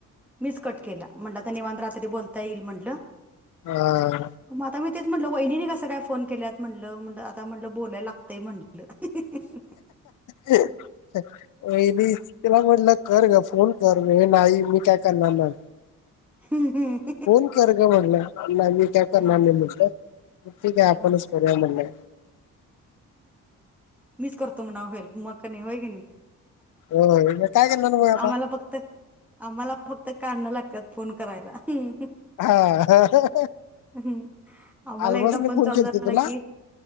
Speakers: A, in the centre; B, on the left.
A: मीच कट केला म्हंता निव रात्री बोलता येईल म्हंटलं
B: हम
A: ग आता मी तेच म्हटलं वहिणीनी कस काय फोन केत म्हटलं म्ह आता म्हटलं बोलायलागंय म्हट हल
B: वहिनी तिला
A: असं
B: म्हटलं कर ग फोन कर हे नाही मी काय करणार ना
A: ह् ह्
B: फोन कर ग म्हणलं मी काय करणार
A: हा,
B: नाही म्हटलं तेठी काय आपणच
A: हम्म.
B: करूया म्हण
A: मीच करतो मनाव होय का नाही
B: होय मग काय करणार मग आता
A: आम्हाला फक्त आम्हाला फक्त काढणं लागतात फोन करायला ह्
B: हा
A: हम् आम्हाला
B: आलमासने
A: एकदा पण
B: फोन
A: चाल
B: केलती
A: झाला
B: तुला
A: की